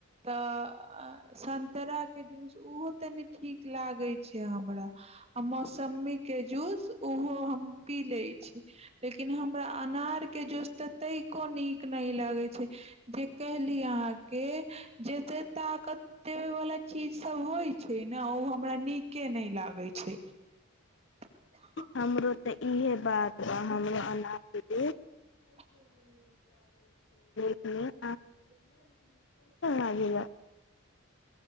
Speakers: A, on the right (about 30°); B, on the left (about 60°).
A: तऽ संतराके जूस ओहो तनी ठीक लागै छै हमरा आ मौसम्मीके जूस ओहो हम पी लैत छी लेकिन हमरा अनारके जूस तऽ तहिो नीक नहि लागै छै जे कहली अहाँके जतेक ताकत देबयवला चीजसभ होइ छै ने ओ हमरा नीके नहि लागै छै <unintelligible>
B: हमर तऽ इएहे बात बा हमर अनाजके
A: <unintelligible>
B: हूँ
A: <unintelligible>
B: लागेला